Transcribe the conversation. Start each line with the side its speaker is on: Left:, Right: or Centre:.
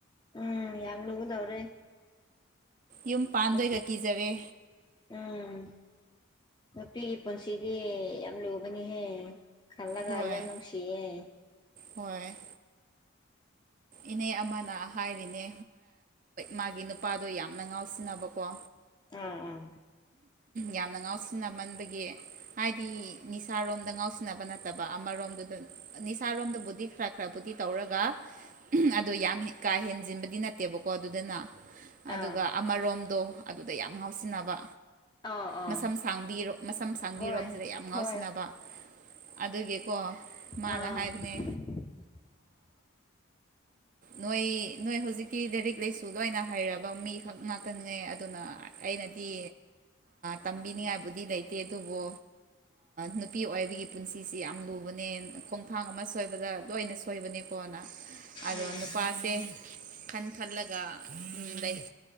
Left: ꯌꯥꯝ ꯌꯥꯝ ꯂ ꯎꯗꯋꯥ꯭ꯔꯦ
Right: ꯌꯨꯝ ꯄꯥꯟꯗꯣꯏꯒ
Left: ꯃ
Right: ꯀꯤꯖꯔꯦ
Left: ꯎꯝ ꯅꯨꯄꯤꯒꯤ ꯄꯨꯟꯁꯤꯗꯤ ꯌꯥꯝ ꯂꯨꯕꯅꯤꯍꯦ ꯈꯜꯂꯒ
Right: ꯍꯣꯏ
Left: ꯌꯥꯝ ꯅꯨꯡꯁꯤꯑꯦ
Right: ꯍꯣꯏ ꯏꯅꯦ ꯑꯃꯅ ꯍꯥꯏꯔꯤꯅꯦ ꯃꯥꯒꯤ ꯅꯨꯄꯥꯗꯣ ꯌꯥꯝꯅ ꯉꯥꯎꯁꯤꯟꯅꯕꯀꯣ
Left: ꯑꯥ ꯑꯥ
Right: ꯌꯥꯝꯅ ꯉꯥꯎꯁꯤꯟꯅꯃꯟꯕꯒꯤ ꯍꯥꯏꯗꯤ ꯅꯤꯁꯥꯔꯣꯝ ꯗ ꯉꯥꯎꯁꯤꯟꯅꯕ ꯅꯠꯇꯕ ꯑꯃꯔꯣꯝꯗꯨꯗ ꯅꯤꯁꯥꯔꯣꯝꯗꯕꯨꯗꯤ ꯈꯔ ꯈꯔꯕꯨꯗꯤ ꯇꯧꯔꯒ ꯑꯗꯣ ꯌꯥꯝ ꯀꯥ ꯍꯦꯟꯖꯤꯟꯕꯗꯤ ꯅꯠꯇꯦꯕꯀꯣ ꯑꯗꯨꯗꯅ ꯑꯗꯨꯒ
Left: ꯑꯥ
Right: ꯑꯃꯔꯣꯝꯗꯣ ꯑꯗꯨꯗ ꯌꯥꯝ ꯉꯥꯎꯁꯤꯟꯅꯕ
Left: ꯑꯥ ꯑꯥ ꯑꯥ
Right: ꯃꯁꯝ ꯁꯥꯡꯕꯤꯔꯣ ꯃꯁꯝ ꯁꯥꯡꯕꯤꯔꯣꯝ
Left: ꯍꯣꯏ
Right: ꯃꯁꯤꯗ ꯌꯥꯝ ꯉꯥꯎꯁꯤꯟꯅꯕ
Left: ꯍꯣꯏ
Right: ꯑꯗꯨꯒꯤꯀꯣ ꯃꯥꯅ
Left: ꯑꯥ
Right: ꯍꯥꯏꯕꯅꯦ
Left: <inaudible>
Right: ꯅꯣꯏ ꯅꯣꯏ ꯍꯧꯖꯤꯛ ꯤ ꯂꯥꯏꯔꯤꯛ ꯂꯥꯏꯁꯨ ꯂꯣꯏꯅ ꯍꯩꯔꯕ ꯃꯤꯈꯛ ꯉꯥꯛꯇꯅꯤꯅꯦ ꯑꯗꯨꯅ ꯑꯩꯅꯗꯤ ꯇꯝꯕꯤꯅꯤꯡꯉꯥꯏꯕꯨꯗꯤ ꯂꯩꯇꯦ ꯑꯗꯨꯕꯨ ꯅꯨꯄꯤ ꯑꯣꯏꯕꯒꯤ ꯄꯨꯟꯁꯤꯁꯤ ꯌꯥꯝ ꯂꯨꯕꯅꯦ ꯈꯣꯡꯊꯥꯡ ꯑꯃ ꯁꯣꯏꯕꯗ ꯂꯣꯏꯅ ꯁꯣꯏꯕꯅꯦꯀꯣꯅ ꯑꯗꯣ
Left: ꯎꯝ
Right: ꯅꯨꯄꯥꯁꯦ ꯈꯟ ꯈꯜꯂꯒ ꯂꯩ